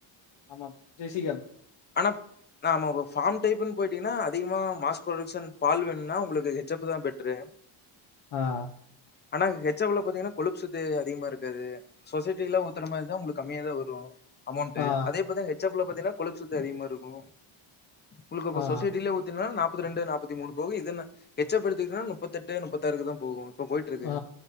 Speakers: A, on the left; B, on the left.
A: ஆமா ஜெசி
B: ஆனா நாம ஃபார்ம் டைன்னு போயிட்டீங்கன்னா அதிகமா மாஸ் ப்ரொடக்ஷன் பால் வேணும்னா உங்களுக்கு ஹெச்சப் தான் பெட்ரு
A: ஆஹ்
B: ஆனா ஹெச்ப்ல பாத்தீங்கன்னா கொழுப்பு சத்து அதிகமா இருக்காது சொசைட்டி எல்லாம் ஊத்தறமா உங்களுக்கு கம்மிய தா வரும் அமௌண்டு
A: ஆ
B: அதே போ ஹெச்சப்புல பாத்திங்கன்ன கொழுப்பு <unintelligible> அதிகமாருக்கு உங்ளுக்கு இப்ப
A: ஆ
B: சொசைட்டிலே ஊத்தினால் நாப் முப்பத்ரெண்டு நாப்பத்தி மூணு போக இது என்ன எச்சப்படுத்துகிட்னா முப்பத்தெட்டு முப்பத்தாருக்கு தா போகு இப்ப போயிட்டு இருக்கு
A: ஆ